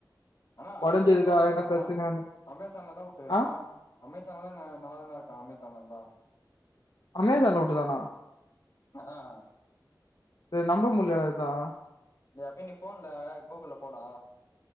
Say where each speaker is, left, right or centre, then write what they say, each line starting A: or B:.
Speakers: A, on the left; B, on the left.
A: ஆனா ஆன்லைன்ல
B: ஒடஞ்சதுக்கா
A: தான விட்டுக்குறா
B: எதனா பிரச்சன
A: அமேசான்ல தா விட்டுக்குறா
B: ஆ
A: அமேசான்லா ந நல்லாதான இருக்கா அமேசான்லந்தா
B: அமேசான்ல விட்டு தானா
A: ஆ
B: இத நம்ப முடியலசா
A: நீ அப்பய நீ போன்ல கூகுள் போடா